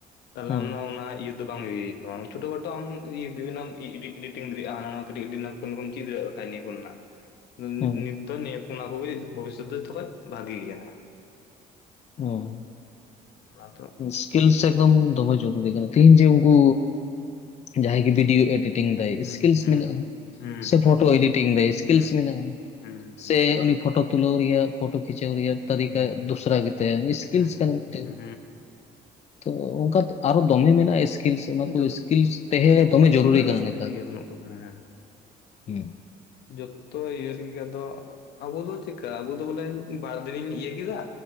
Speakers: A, on the left; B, on the left.
A: ᱛᱟᱦᱞᱮ
B: ᱦᱩᱸ
A: ᱱᱟᱣ <unintelligible> ᱚᱱᱟᱭ ᱟᱡᱼᱼ ᱵᱟᱝ ᱦᱩᱭ ᱟᱠᱟᱱᱟ ᱪᱷᱚᱴᱳ ᱠᱷᱟᱴᱳ ᱟᱢ ᱤᱭᱟᱹ ᱰᱮᱱᱟᱣ ᱢᱮ ᱤᱰᱴᱤᱝ ᱫᱟᱲᱮᱭᱟᱜᱼᱟ, ᱦᱟᱱᱟ ᱱᱟᱣᱟ ᱠᱟᱹᱴᱤᱡᱼᱼ ᱠᱷᱚᱱᱠᱚᱢ ᱪᱤᱫᱨ ᱠᱟᱹ ᱠᱩᱱᱟ <unintelligible> ᱱᱤᱛ
B: ᱦᱩᱸ
A: ᱫᱚ ᱱᱤᱭᱟᱹ ᱚᱱᱟ ᱠᱚᱜᱮ ᱵᱷᱚᱵᱤᱥᱚᱛ ᱨᱮ ᱡᱚᱛᱚᱠᱷᱚᱡ ᱵᱷᱟᱜᱤ ᱜᱮᱭᱟ ᱾
B: ᱦᱩᱸ ᱾
A: ᱚᱱᱟ ᱫᱚ
B: ᱥᱠᱤᱞ ᱮᱠᱫᱚᱢ ᱫᱚᱢᱮ ᱡᱚᱨᱩᱨᱤ ᱠᱟᱱᱟ, ᱛᱮᱦᱤᱧ
A: ᱦᱩᱸ
B: ᱡᱮ ᱩᱱᱠᱩ ᱡᱟᱦᱟᱸᱭ ᱜᱮ ᱵᱷᱤᱰᱤᱭᱳ ᱮᱰᱤᱴᱼᱼ ᱝ ᱫᱟᱭ
A: ᱦᱩᱸ
B: ᱥᱠᱤᱞᱥ ᱢᱮᱱᱟᱜᱼᱟ
A: ᱦᱩᱸ
B: ᱥᱮ ᱯᱷᱚᱴᱳ ᱮᱰᱤᱴᱤᱝ ᱫᱟᱭ ᱥᱠᱤᱞᱥ
A: ᱦᱩᱸ
B: ᱢᱮᱱᱟᱜᱼᱟ
A: ᱦᱩᱸ
B: ᱾ ᱥᱮ ᱩᱱᱤ ᱯᱷᱳᱴᱳ ᱛᱩᱞᱟᱹᱣ ᱨᱮᱭᱟᱜ ᱯᱷᱳᱴᱳ ᱠᱷᱤᱪᱟᱹᱣ ᱨᱮᱭᱟᱜ ᱛᱟᱹᱨᱤᱠᱟ
A: ᱦᱩᱸ
B: ᱫᱚᱥᱨᱟ ᱜᱮᱛᱟᱭᱟ ᱥᱠᱤᱞᱥ
A: ᱦᱩᱸ
B: ᱠᱟᱱᱟ ᱢᱤᱫᱴᱮᱱ
A: ᱦᱩᱸ
B: ᱾ ᱛᱚ ᱚᱱᱠᱟ ᱟᱨᱚ ᱫᱚᱢᱮ ᱢᱮᱱᱟᱜᱼᱟ ᱮᱥᱼᱼ ᱥᱠᱤᱞ ᱚᱱᱟ
A: ᱦᱩᱸ
B: ᱠᱚ
A: ᱡᱚᱛ
B: ᱤᱥᱠᱤᱞᱥ ᱛᱟᱦᱮᱸ ᱫᱚᱢᱮ
A: ᱥᱠᱤᱢ
B: ᱡᱚᱨᱩᱨᱤ
A: ᱨᱮ
B: ᱠᱟᱱᱟ ᱱᱮᱛᱟᱨ
A: ᱤᱭᱟᱹ ᱵᱟᱹᱱᱩᱜ ᱠᱟᱫᱟ ᱦᱮᱸ
B: ᱾ ᱦᱩᱸ ᱾
A: ᱡᱚᱛᱚ ᱤᱭᱟᱹ ᱨᱮᱜᱮ ᱟᱫᱚᱼᱼ ᱟᱵᱚ ᱫᱚ ᱪᱤᱠᱟ ᱟᱵᱚ ᱫᱚ ᱵᱚᱞᱮ ᱵᱟᱨ ᱫᱤᱱᱤᱧ ᱤᱭᱟᱹ ᱠᱮᱫᱟ